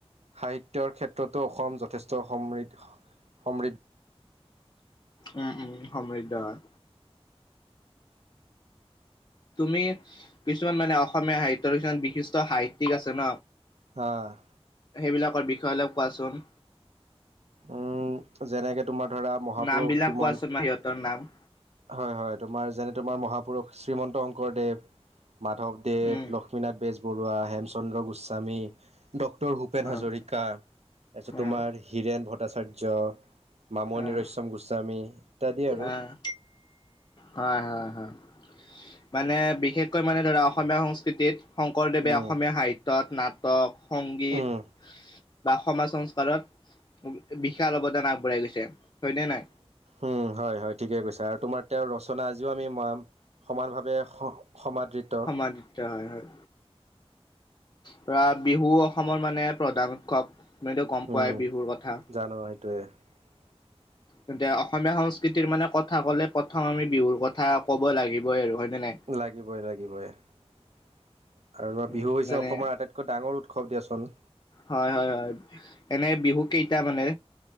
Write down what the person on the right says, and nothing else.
সাহিত্যয়ৰ ক্ষেত্ৰতো অসম যথেষ্ট সমৃদ্ধ, সমৃদ্ধ
অ',
উম, যেনেকে তোমাৰ ধৰা মহাপুৰুষ
শ্ৰীমন্ত
হয়, হয়। তোমাৰ যেনে তোমাৰ মহাপুৰুষ শ্ৰীমন্ত শংকৰদেৱ, মাধৱদেৱ,
ল লক্ষ্মীনাথ বেজবৰুৱা, হেমচন্দ্ৰ গোস্বামী, ডক্টৰ ভূপেন
হাজৰিকা। কা তাৰপিছত তোমাৰ
হীৰেণ ভট্টাচাৰ্য। মামণি
ৰয়চ্যম গোস্বামী ইত্যাদি আৰু।
উম,
উম,
উম, হয়, হয়। ঠিকে কৈছে আৰু তোমাৰ তেওঁৰ ৰচনা আজিও আমি ৰা সমানভাৱে স-সমাদৃত।
উম,
জানো সেইটোৱে। <inaudible>
লাগিবই, লাগিবই আৰু
বিহু হৈছে
অসমৰ আটাইতকৈ একৈ ডাঙৰ উৎসৱ দিয়াচোন।